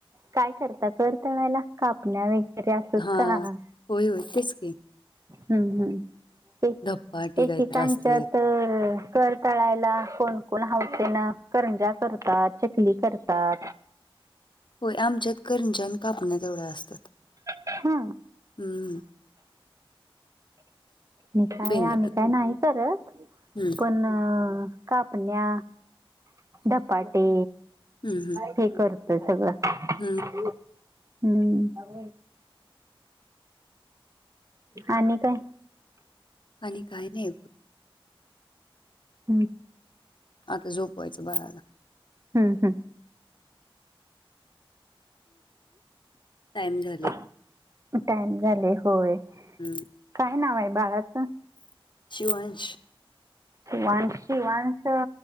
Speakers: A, on the right; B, on the left.
A: काय करता कर तळायला कापण्या वगैरे असंच
B: हां.
A: का
B: होय होय तेच की
A: हम्म हम्म एक
B: धप्पाटी
A: एकेकांच्या
B: काहीतरी असते.
A: तर कर तळायला कोणकोण हौसेनं करंजा करतात चकली करतात.
B: होय आमच्यात कंरज्या आणि कापण्या तेवढ्या असतात
A: हा
B: ह्.
A: मी काय
B: बेंद्रात.
A: आम्ही काय नाही करत
B: हं.
A: पण कापण्या धपाटे
B: हं, हं.
A: हे करत. ते सगळं हम्म.
B: हं.
A: आणि काय?
B: आणि काय नाही.
A: हम्.
B: आता झोपवायच बाळाला
A: हम्म हम्.
B: टाईम झालय.
A: टाइम झालय होय
B: हं.
A: काय नाव आहे बाळाचं
B: शिवांश
A: वानशी वांस अ